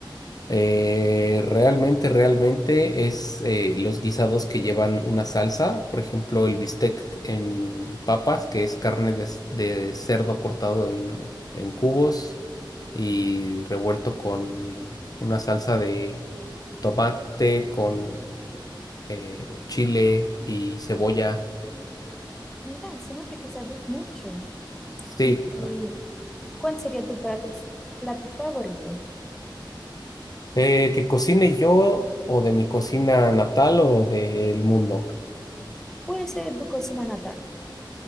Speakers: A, on the left; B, in the centre.
A: Eh, realmente, realmente es eh, los guisados que llevan una salsa, por ejemplo, el bistec en papas, que es carne de, c- de cerdo cortado en, en cubos y revuelto con una salsa de tomate, con eh, chile y cebolla.
B: Mira, se nota que sabes mucho.
A: Sí,
B: ¿Y,
A: claro.
B: y cuál sería tu plato, f- plato favorito?
A: Eh, que cocine yo o de mi cocina natal o del mundo.
B: Puede ser tu cocina natal.